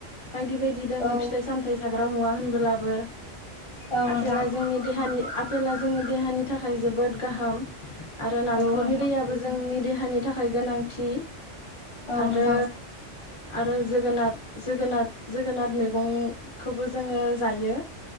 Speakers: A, on the left; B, on the left.
A: बायदि बायदि दोङो
B: औ
A: फिथाइ सामथाय जागोन हागा मुवा होनबोलाबो
B: औ
A: आफेला
B: नोंथां
A: जोंनि देहानि जेला जोंनि देहानि थाखाय जोबोद गाहाम आरो नालेंखरनि
B: औ नोंथां
A: दैयाबो जोंनि देहानि थाखाय गोनांथि
B: औ
A: आरो
B: नोंथां
A: आरो जोगोनार जोगोनार जोगोनार मैगंखौबो जोङो जायो